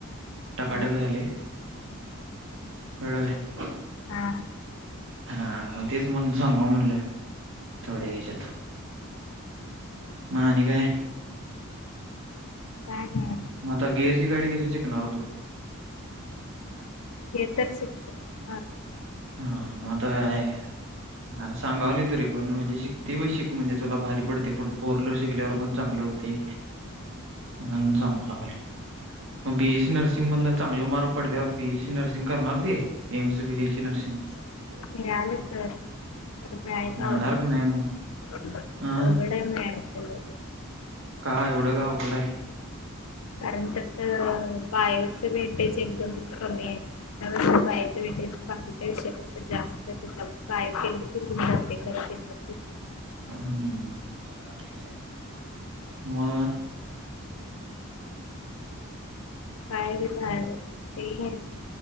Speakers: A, on the right; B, on the left.
A: टकाटक
B: हम्म
A: झालय कळलं काय?
B: हा हा
A: हा मग तेच म्हनुन, सांगाव म्हणल थोड हेच्यात म आणि काय?
B: काय? नाही
A: मग आता गिअरची गाडी कशी शिकणार तू?
B: <unintelligible>
A: हा मग आता अरे सांगावली तरी पण म्हणजे शिक ते बी शिक म्हणजे तुला भारी पडतय, पुढं फोर व्हीलर शिकल्यावर पण चांगल होतय अन चांगल लागलय. मग बी एस सी नर्सिंग मधन चांगलं मार्क पडल्यावर बी एस सी नर्सिंग करणार, ती M C B A C nursing Ichalkaranji
B: मिळालं तर आता मिळायचं
A: मिळणार
B: अवघड
A: का नाही मग
B: हाय,
A: अ
B: अवघड हाय मिळायचं लई
A: का एवढं काय अवघड हाय?
B: कारण त्यात बायोच अ मेटेज? एकदम कमी आहे, त्यापेक्षा बायोच वेटेज बाकीच्या विषयापेक्षा जास्त हाय तेच्यामुळ हां ते बी करतेच करते.
A: हम्म. <unintelligible> म अ.
B: काय बी नाय? ते